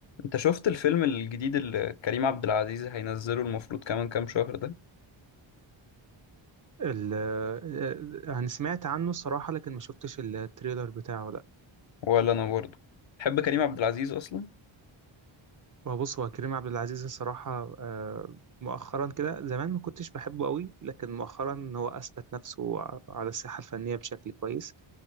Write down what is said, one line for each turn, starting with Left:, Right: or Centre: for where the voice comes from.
Left: انت شفت الفيلم الجديد اللي كريم عبد العزيز هينزله المفروض كمان كام شهر ده
Right: ال آه، يعني سمعت عنه الصراحة لكن ما شفتش التريلر بتاعه لا
Left: ولا انا برضه تحب كريم عبد العزيز اصلا
Right: هو بص هو كريم عبد العزيز الصراحة آه، مؤخرا كده زمان ما كنتش بحبه قوي لكن مؤخرا هو أثبت نفسه ع- على الساحة الفنية بشكل كويس